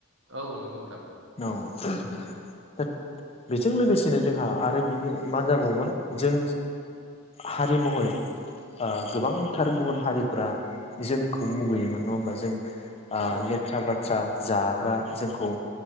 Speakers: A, on the right; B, on the left.
A: औ नंगौ नोथां।
B: औ दा बेजों लोगोसेनो जोंहा आरो बिनि मा जाबावोमोन जों हारि मुहरै ओ- गोबांथार गुबुन हारिफ्रा जोंखौ मुगैयोमोन नङा हबा जों ओ-
A: औ
B: लेथ्रा बाथ्रा जाग्रा जोंखौ